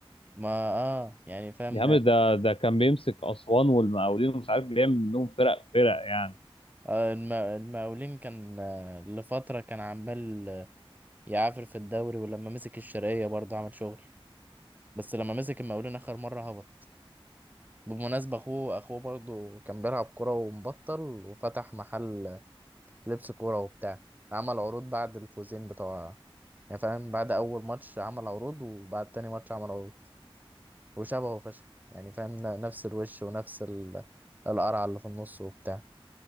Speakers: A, on the right (about 15°); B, on the left (about 70°).
A: ما اه يعني فهمنا
B: يا عم ده ده كان بيمسك اسوان والمقاولين ومش عارف بيعمل منهم فرق فرق يعني
A: آه الم- المقاولين كان آه، لفترة كان عمال آه، يعافر في الدوري ولما مسك الشرقية برضه عمل شغل بس لما مسك المقاولين اخر مره هبط بالمناسبه اخوه اخوه برضه كان بيلعب كوره ومبطل وفتح محل لبس كوره وبتاع عمل عروض بعد الفوزين بتوع يعني فاهم بعد اول ماتش عمل عروض وبعد تاني ماتش عمل عروض وشبهه فشخ يعني فاهم ن- نفس الوش ونفس ال- القرعه اللي في النص وبتاع